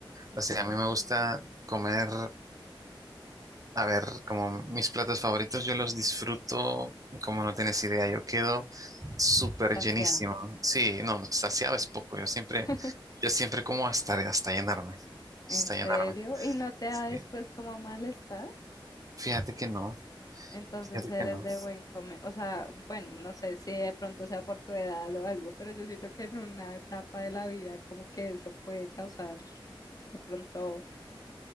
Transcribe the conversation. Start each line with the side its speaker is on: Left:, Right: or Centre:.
Left: Ok,
Right: O sea, a mí me gusta comer A ver, como mis platos favoritos, yo los disfruto, como no tienes idea, yo quedo súper
Left: saciada.
Right: llenísimo. Sí, no, saciado es poco, yo siempre,
Left: <laughs>
Right: yo siempre como hasta, hasta llenarme,
Left: ¿En
Right: hasta
Left: serio?
Right: llenarme.
Left: ¿Y no te da
Right: Sí.
Left: después como malestar?
Right: Fíjate que no,
Left: Entonces
Right: fíjate
Left: eres
Right: que no.
Left: de buen comer. O sea, bueno, no sé si de pronto sea por tu edad o algo, pero yo siento que en una etapa de la vida como que eso puede causar de pronto